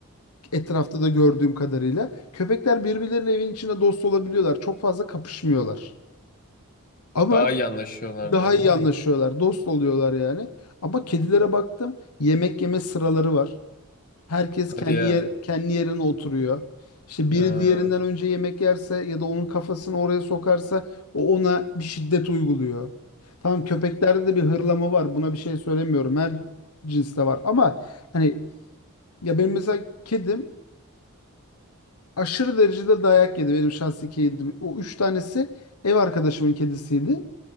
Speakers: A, on the left; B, on the left.
A: etrafta da gördüğüm kadarıyla köpekler birbirleriyle evin içinde dost olabiliyorlar. Çok fazla kapışmıyorlar. Ama
B: Daha iyi anlaşıyorlar
A: Daha
B: diyorsun
A: iyi
B: değil
A: anlaşıyorlar,
B: mi?
A: dost oluyorlar yani. Ama kedilere baktım, yemek yeme sıraları var. Herkes
B: Hadi
A: kendi
B: ya.
A: yer kendi yerine oturuyor. İşte biri
B: Ha.
A: diğerinden önce yemek yerse ya da onun kafasını oraya sokarsa o ona bir şiddet uyguluyor. Tamam köpeklerde de bir hırlama var. Buna bir şey söylemiyorum. Her cinste var. Ama hani ya benim mesela kedim aşırı derecede dayak yedi. Benim şahsi kedim. O üç tanesi ev arkadaşımın kedisiydi.